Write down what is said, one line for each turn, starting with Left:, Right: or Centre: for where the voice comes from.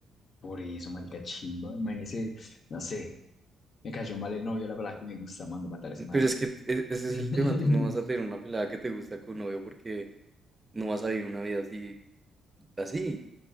Left: Por eso, marica chimba. Imagínese, no sé. Me cayó mal el novio, la verdad que me gusta, mando a matar a ese marica.
Right: Pero es que t- e- ese
Left: <laughs>
Right: es el tema, tú no vas a tener una pelada que te gusta con novio porque no vas a vivir una vida así, así.